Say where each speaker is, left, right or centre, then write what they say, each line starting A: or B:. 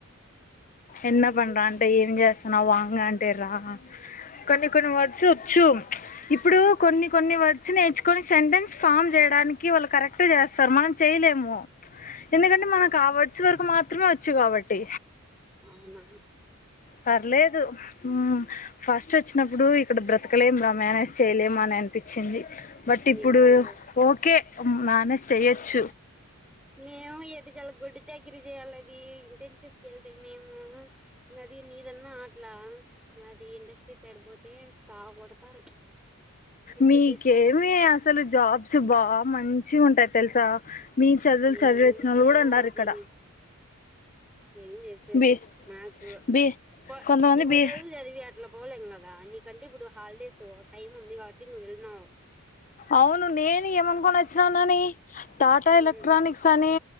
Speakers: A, on the left (about 35°); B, in the centre.
A: ఎన్న
B: ఆహా
A: పండంట ఏం జస్త నా వాంగ్ అంటే రా కొన్ని కొన్ని వర్డ్స్ వచ్చు ఇప్పుడు
B: ఆ
A: కొన్ని కొన్ని వర్డ్స్ నేర్చు కొన్ని సెంటెన్స్ ఫామ్ చేయడానికి వాళ్ళు కరెక్ట్ చేస్తారు మన చేయలేము ఎందుకంటే
B: అవును
A: మనకు ఆ వర్డ్స్ వరకు మాత్ మాత్రమే వచ్చు కాబ కాబట్టి
B: అవునా
A: పర్లేదు ఉమ్ ఫస్ట్ వచ్చినప్పుడు ఇక్కడ బ్రతకలేం రా మేనేజ్ చేయలేము అని అనిపించింది బట్ ఇప్పుడు
B: ఏం కాదు
A: ఓకే మా మ్యానేజ్ చేయొచ్చు
B: మేము ఏద చాల గుొడ్డు చాకిరీ చేయాలి అది ఇంటెన్షిప్ కి వెళ్తే మేము ఇంగ అది నీదన్నా అట్లా మాది ఇండస్ట్రీ సైడ్ పోతే సావు కొడతారు ఊపిరి
A: మీకేమే
B: తీస్తారు
A: అసలు జాబ్స్ బాగా మంచి ఉంటాయి తెలుసా మీ చదువులు చదివచ్చిన
B: ఏమున్నాయో
A: వాళ్ళు కూడా ఉన్నారు
B: అది
A: ఇక్కడ
B: ఏం చేసేది
A: బి
B: మాకు
A: బి
B: పో
A: కొంతమంది
B: ఇంత
A: బి
B: చదువు చదివి అట్లా పోలేం కద్ దానికంటే ఇప్పుడు హాలిడేస్ టైమ్ ఉంది కాబట్టి నువ్వు వెళ్ళినవు
A: అవును నేను ఏమనుకోని వచ్చినానని టాటా
B: ఉమ్
A: ఎలక్ట్రానిక్స్ అని